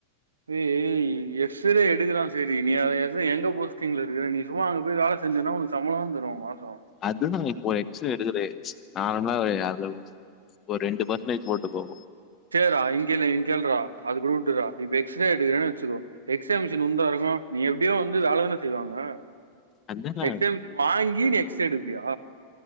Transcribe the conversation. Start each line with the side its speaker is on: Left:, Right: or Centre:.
Right: டோ எக்ஸ்ரே எடுக்கிறா செரி நீ <unintelligible> எங்க போஸ்டிங்கில இருக்கிற நீ சும்மா அங்க போய் வேல செய் செஞ்சன்னா உனக்கு சம்பளம்தா தருவங்க மாசோ
Left: அதுதா இப்போ எக்ஸ்ரே எடுக்குறே <unintelligible> நார்மலா ஒரு அதுல ஒரு ரெண்டு பர்சன்டேஜ் போட்டுகோ
Right: சேரா இங்கனோ கேளுறா அது கூட விட்டுறா இப்பே எக்ஸே எடுக்குறேன்னு வச்சுக்கோ எக்ஸ்ரே மிஷின் உன்தா இருக்கு நீ எப்டியோ வந்து வேலதான செய்வாங்க
Left: அதுதான
Right: எக்ஸ்ரே மிஷின் வாங்கி நீ எக்ஸ்ரே எடுப்பியா